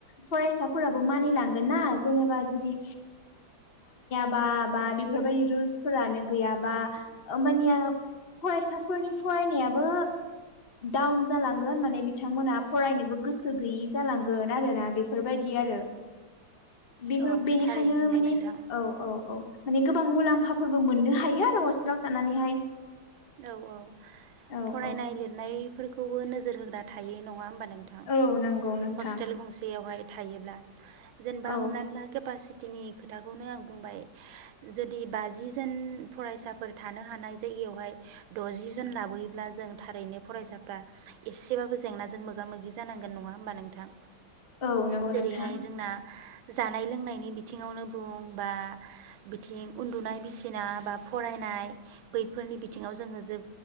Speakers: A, on the left; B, on the right.
A: फसाफोराबो मानि लांगोन जेनेबा जुदि बा बा बेफोरबायदि रुलस फोरानो गैयाबा ओमबानिया फरायसाफोरनि फरायनायाबो डाउन ओ जालांगोन माने बिथांमोना फरायनोबो गोसो गैयि जालांगोन आरोना। बेफोरबायदि आरो बेफोर
B: औ
A: बेनिखायनो
B: थारैनो
A: माने
B: नोंथां
A: औ औ। माने गोबां मुलाम्फाफोरबो मोननो हायो आरो हस्टेलाव थानानैहाय।
B: औ औ
A: औ
B: फरायनाय
A: औ
B: लिरनाय फोरखौबो नोजोर होग्रा थायो नङा होमबा नों नोंथां
A: औ नंगौ नोंथां
B: हस्टेल गंसेयावहाय थायोब्ला जेनेबा
A: औ
B: हमनानै ला केपासिटिनि खोथाखौनो आं बुंबाय जुदि बाजिजोन फरायसाफोर थानो हानाय जायगायावहाय द'जि जन लाबोयोब्ला जों थारैनो फरायसाफ्रा एसेबाबो जेंनाजों मोगा मोगि जानांगोन नङा होमबा नोंथां?
A: औ नंगौ
B: जेरैहाय
A: नोंथां
B: जोंना जानाय लोंनायनि बिथिङावनो बुं बा बिथिं उन्दुनाय बिसिना बा फरायनाय बैफोरनि बि बिथिङाव जोङो जे